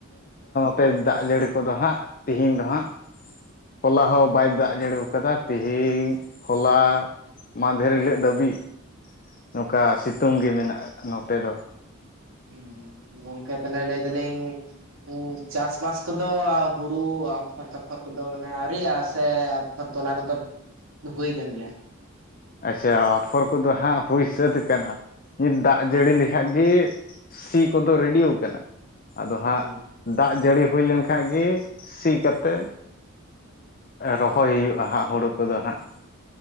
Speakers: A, on the left; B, on the right.
A: ᱛᱮ ᱫᱟᱜ ᱡᱟᱹᱲᱤ ᱠᱚᱫᱚ ᱦᱟᱸᱜ ᱛᱤᱦᱤᱧ ᱫᱚ ᱦᱟᱸᱜ ᱦᱚᱞᱟ ᱦᱚᱸ ᱵᱟᱭ ᱫᱟᱜ ᱡᱟᱹᱲᱤ ᱟᱠᱟᱫᱟ ᱛᱮᱦᱤᱧ ᱦᱚᱞᱟ ᱢᱟᱫᱷᱮᱨ ᱦᱤᱞᱟᱹᱜ ᱫᱷᱟᱹᱵᱤᱡ ᱱᱚᱝᱠᱟ ᱥᱤᱛᱩᱝ ᱜᱮ ᱢᱮᱱᱟᱜᱼᱟ ᱱᱚᱛᱮ ᱫᱚ᱾
B: ᱦᱮ ᱜᱚᱝᱠᱮ ᱛᱟᱦᱞᱮ ᱞᱟᱹᱭ ᱫᱟᱹᱞᱤᱧ ᱠᱩ ᱪᱟᱥ ᱵᱟᱥ ᱠᱚᱫᱚ ᱦᱩᱲᱩ ᱟᱯᱷᱚᱨ ᱫᱟᱯᱷᱚᱨ ᱠᱚᱫᱚ ᱢᱟᱱᱮ ᱟᱹᱣᱨᱤᱭᱟᱜᱼᱟ ᱥᱮ ᱟᱯᱷᱚᱨ ᱛᱚᱞᱟ ᱠᱚᱫᱚ ᱦᱩᱭ ᱠᱟᱱ ᱜᱮᱭᱟ?
A: ᱟᱪᱪᱷᱟ, ᱟᱯᱷᱚᱨ ᱠᱚᱫᱚ ᱦᱟᱸᱜ ᱦᱩᱭ ᱥᱟᱹᱛ ᱟᱠᱟᱱᱟ ᱱᱤᱛ ᱫᱟᱜ ᱡᱟᱹᱲᱤ ᱞᱮᱠᱷᱟᱡ ᱜᱤ ᱥᱤ ᱠᱚᱫᱚ ᱨᱮᱰᱤᱭᱳ ᱠᱟᱱᱟ ᱟᱫᱚ ᱦᱟᱸᱜ
B: ᱚ
A: ᱫᱟᱜ ᱡᱟᱹᱲᱤ ᱦᱩᱭ ᱞᱮᱱ ᱠᱷᱟᱡ ᱜᱮ, ᱥᱤ ᱠᱟᱛᱮᱫ ᱨᱚᱦᱚᱭ ᱦᱩᱭᱩᱜᱼᱟ ᱦᱟᱸᱜ ᱦᱩᱲᱩ ᱠᱚᱫᱚ ᱦᱟᱸᱜ᱾